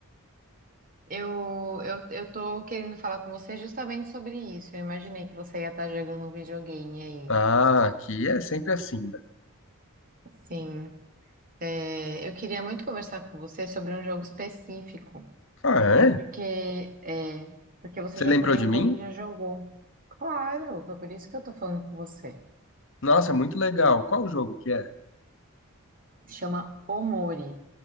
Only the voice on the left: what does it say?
ah, aqui é sempre assim, né?
Ah,
é?
Você
lembrou
de mim?
Nossa, muito legal. Qual o jogo que é?